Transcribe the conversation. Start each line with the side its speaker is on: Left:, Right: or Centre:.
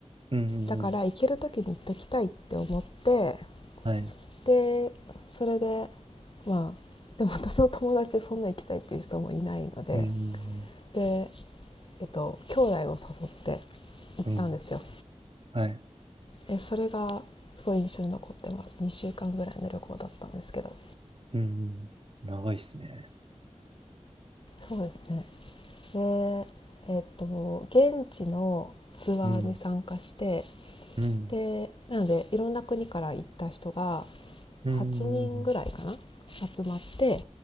Right: うん。うんうん
Left: だから行ける時に行っときたいって思って
Right: はい。
Left: でそれでまあでも私の友達でそんな行きたいっていう人もいないので
Right: うん。
Left: で、えっと、兄弟を誘って行ったんですよ
Right: うん。うんはい。
Left: えそれがすごい印象に残ってます2週間ぐらいの旅行だったんですけど
Right: うん。長いっすね。
Left: そうですねでえっと現地のツアーに参加して
Right: うん。うん。
Left: でなのでいろんな国から行った人が
Right: うん。
Left: 8人ぐらいかな集まって